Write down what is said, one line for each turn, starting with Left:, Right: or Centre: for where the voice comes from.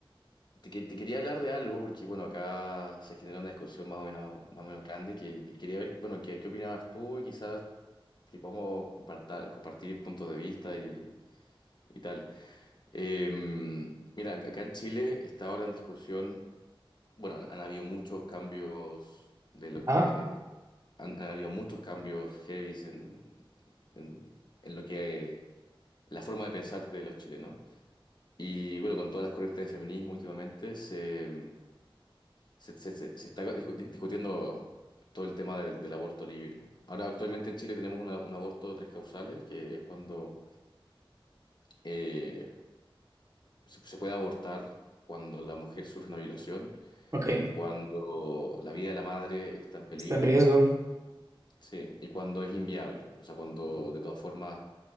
Left: te, que- te quería hablar de algo porque, bueno, acá se generó una discusión más o menos, más o menos grande que, que quería ver, bueno, qué, qué opinabas tú y quizás que podamos compartar, compartir puntos de vista y, y tal. Eh, mira, acá en Chile está ahora en discusión Bueno, han, habido muchos cambios de lo
Right: Ah,
Left: de han, han habido muchos cambios heavies en, en, en lo que la forma de pensar de los chilenos. Y bueno, con todas las corrientes de feminismo últimamente se, se, se- se- se está discu- di- discutiendo todo el tema del, del aborto libre. Ahora, actualmente en Chile tenemos una- un aborto de tres causales, que es cuando eh, se, se puede abortar cuando la mujer sufre una violación,
Right: ok.
Left: cuando la vida de la madre está en peligro
Right: Está en riesgo.
Left: Sí, y cuando es inviable, o sea, cuando de todas formas